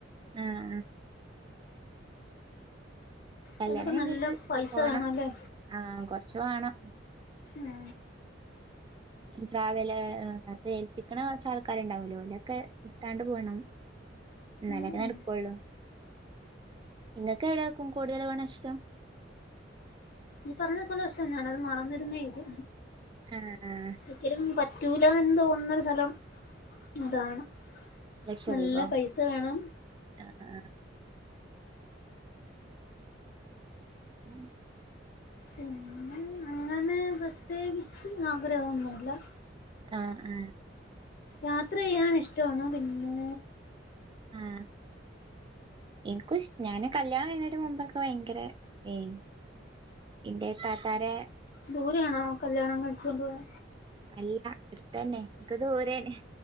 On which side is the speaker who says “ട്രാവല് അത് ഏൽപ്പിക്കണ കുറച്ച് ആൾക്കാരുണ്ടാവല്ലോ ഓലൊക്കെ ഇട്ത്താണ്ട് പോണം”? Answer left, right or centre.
Right